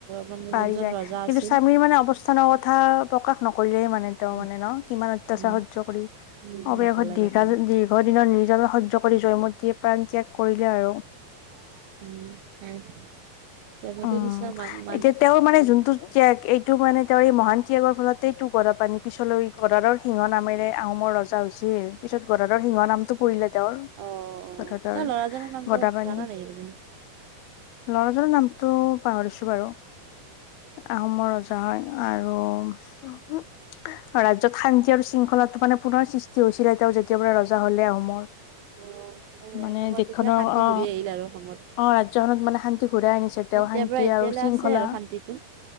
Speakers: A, on the right; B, on the left.
A: মানে
B: পাৰি
A: যোনজন
B: যায়,
A: ৰজা আছিল
B: কিন্তু স্বামীৰ মানে অৱস্থানৰ কথা প্ৰকাশ নকৰিলে মানে তেওঁ
A: উম
B: মানে ন কিমান
A: উম
B: সয্য কৰি
A: উম
B: অৱশেষত
A: নকলে
B: দীৰ্ঘ,
A: নকলে
B: দীৰ্ঘ দিনৰ নিৰ্যাতন সয্য কৰি জয়মতীয়ে। প্ৰাণ ত্যাগ কৰিলে আৰু।
A: <unintelligible> নিচিনা
B: উম,
A: মান মান
B: এতিয়া তেওঁৰ মানে যোনটো ত্যাগ এইটো মানে তেওঁৰ মহান ত্যাগৰ ফলতেইতো গদাপাণি পিছলৈ গদাধৰ সিংহ নামেৰে আহোমৰ ৰজা হৈছিল। পিছত গদাধৰ সিংহ নামটো পৰিলো- তেওঁৰ
A: অ
B: গদাধৰ
A: অ ল'ৰাজনৰ নামটো
B: গদাপানী,
A: জানা নেকি তুমি
B: ল'ৰ নামটো পাহৰিছো বাৰু, আহোমৰ হয়, আৰু অ ৰাজ্যত শান্তি আৰু শৃংখলাটো মানে পুনৰ সৃষ্টি হৈছিলে তেওঁ যেতিয়াৰ পৰা ৰজা হলে আহোমৰ।
A: অ। সেয়া
B: মানে
A: অসমত
B: দেশখনৰ
A: তেতিয়া শান্তি
B: অ,
A: ঘূৰি আহিল আৰু অসমত
B: অ ৰাজ্যখনত মানে শান্তি ঘূৰাই আনিছে
A: তেতিয়াৰ
B: তেওঁ, শান্তি
A: পৰা এতিয়ালৈ
B: আৰু শৃংখলা
A: আছে আৰু শান্তিটো